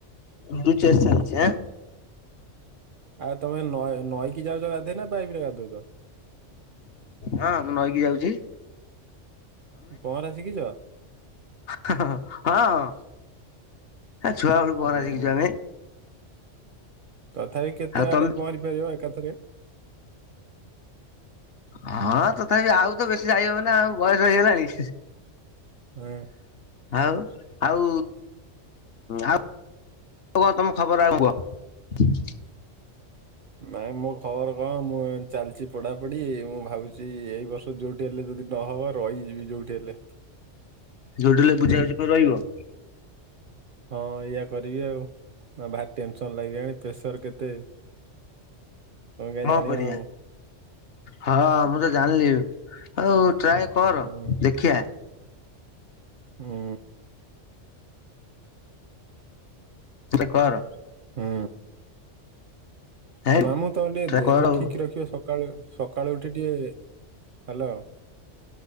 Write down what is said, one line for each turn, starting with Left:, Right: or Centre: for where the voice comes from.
Left: ଲୁଡୁ ଚେସ୍ ଚାଲିଛି ଆଁ।
Right: ଆଉ ତମେ ନଏ ନଈକି ଯାଉଚ ଗାଧେଇ ନା ପାଇପି ରେ ଗାଧଉଚ?
Left: ହଁ ମୁଁ ନଈକି ଯାଉଚି।
Right: ପହଁରା ଶିଖିଛ?
Left: ହଁ ଛୁଆ ବେଳୁ ପହଁରା
Right: ଉଁ ହୁଁ
Left: ଶିକିଚୁ ଆମେ।
Right: ତଥାପି କେତେ
Left: ଆଉ
Right: ବାଟ
Left: ତମେ
Right: ପହଁରିପାରିବ ଏକାଥରେ?
Left: ହଁ ତଥାପି ଆଉ ତ ବେଶୀ ଯାଇହବନା ଆଉ ବୟସ ହେଇଗଲାଣି।
Right: ହଁ।
Left: ଆଉ ଆଉ ଆଉ କୁହ ତମ ଖବର ଆଉ କଣ କୁହ?
Right: ନାଇଁ ମୋ ଖବର କଣ, ମୁଁ ଏମିତି ଚାଲିଚି ପଢ଼ାପଢ଼ି ମୁଁ ଭାବୁଚି ଏଇ ବର୍ଷ ଯୋଉଁଠି ହେଲେ ଯଦି ନହବ ରହିଯିବି ଯୋଉଠି ହେଲେ।
Left: ଯୋଉଠି ହେଲେ ବୁଝା ବୁଝି କରୀ ରଇବ?
Right: ହଁ ଏଇଆ କରିବି ଆଉ। ଭାରି ଟେନସନ୍ ଲାଗିଆଣି ପ୍ରେସର କେତେ। <inaudible>
Left: କଣ
Right: ଜାଣିବ
Left: କରିଆ?
Right: ମାମୁଁ
Left: ହଁ ମୁଁ ତ ଜାଣ୍ଲି ଆଉ ଟ୍ରାଏ କର
Right: ହୁଁ
Left: ଦେଖିଆ।
Right: ହୁଁ।
Left: ତୁ ଏଟା କର।
Right: ହୁଁ।
Left: ହେଁ
Right: ଆଉ ମାମୁଁ ତମେ ଟିକେ
Left: ଟ୍ରାଏ
Right: ଦେହ
Left: କର ଆଉ
Right: ଠିକ୍ ରଖିବ ସ ସକାଳୁ ସକାଳୁ ଉଠି ଟିକେ, ହାଲୋ